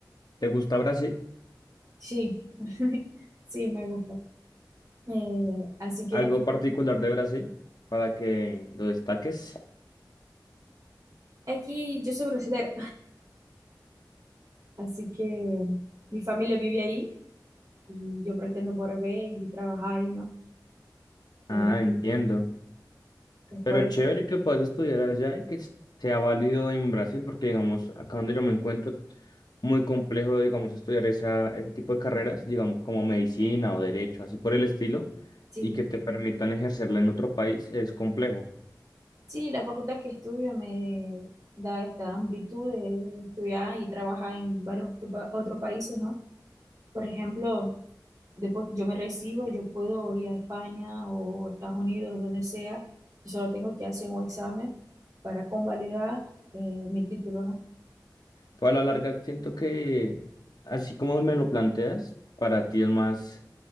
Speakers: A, on the left; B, on the right.
A: ¿Te gusta Brasil?
B: Sí, <laughs> sí, me gusta. Eh, así que
A: ¿Algo particular de Brasil para que lo destaques?
B: aquí yo soy brasileña <laughs> así que mi familia vive ahí y yo pretendo volver y trabajar ahí, ¿no?
A: Ah,
B: Eh,
A: entiendo.
B: es
A: Pero
B: por eso.
A: chévere que puedas estudiar allá y que s- sea válido en Brasil, porque digamos, acá donde yo me encuentro, muy complejo, digamos, estudiar esa, ese tipo de carreras, digamos, como medicina o derecho, así por el estilo,
B: Sí,
A: y que te permitan ejercerla en otro país, es complejo.
B: sí, la facultad que estudio me da esta amplitud de estudiar y trabajar en varios tu- pa- otros países, ¿no? Por ejemplo, Después que yo me recibo, yo puedo ir a España o Estados Unidos, donde sea. Yo solo tengo que hacer un examen para convalidar eh, mi título, ¿no?
A: Pero a la larga siento que, así como me lo planteas, para ti es más